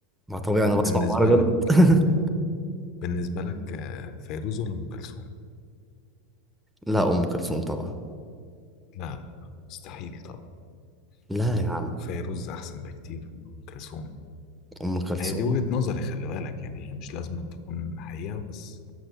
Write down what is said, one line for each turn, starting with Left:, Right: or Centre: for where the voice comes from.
Centre: ما طبيعي
Left: طب
Centre: انا بسمع
Left: بالنسبه
Centre: مهرجانات
Left: لك
Centre: <laughs>
Left: بالنسبه لك آه، فيروز ولا ام كلثوم
Centre: لا ام كلثوم طبعا
Left: لا لا لا، مستحيل طبعا
Centre: لا
Left: أم-
Centre: يا عم
Left: فيروز احسن بكتير من ام كلثوم يعني
Centre: ام كلثوم
Left: هي دي وجهه نظري خلي بالك يعني هي مش لازم أن تكون حقيقه بس